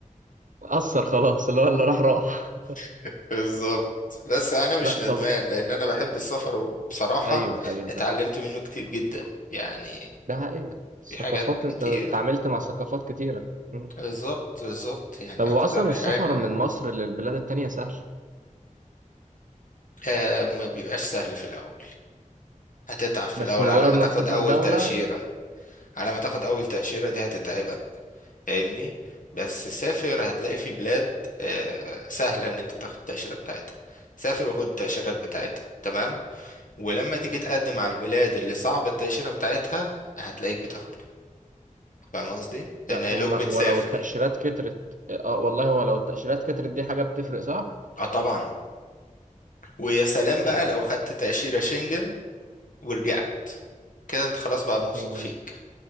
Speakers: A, on the right (about 70°); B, on the left (about 70°).
A: اثر خلاص اللي هو اللي راح راح
B: <laughs> بالظبط بس انا مش
A: لا
B: ندمان
A: طب
B: لان انا بحب السفر وبصراحة
A: ايوه ايوه
B: اتعلمت
A: فاهم
B: منه كتير جدا يعني
A: ده حقيقة الثقافات
B: في حاجات
A: انت
B: كتير
A: اتعاملت مع ثقافات كتيرة مم.
B: بالظبط بالظبط يعني
A: طب هو
B: اكتر
A: اصلا
B: حاجة
A: السفر من مصر للبلاد التانية سهل
B: آه، ما بيبقاش سهل في الاول هتتعب في
A: بس
B: الأول
A: مجرد
B: على ما
A: ما
B: تاخد
A: تسافر
B: أول
A: دولة
B: تأشيرة على ما تاخد أول تأشيرة دي هتتعبك فاهمني بس سافر هتلاقي في بلاد آه، سهلة إن أنت تاخد التأشيرة بتاعتها سافر وخد التأشيرات بتاعتها تمام ولما تيجي
A: مم.
B: تقدم على البلاد اللي صعب التأشيرة بتاعتها هتلاقيك بتاخدها فاهم قصدي؟ لأن
A: لا
B: هيلاقوك
A: هم هو
B: بتسافر
A: لو التأشيرات كترت اه والله هو لو التأشيرات كترت دي حاجة بتفرق صح؟
B: اه طبعا ويا سلام بقى
A: مم.
B: لو خدت تأشيرة شنجن ورجعت كده انت خلاص بقى موثوق
A: ايه شنجن
B: فيك
A: دي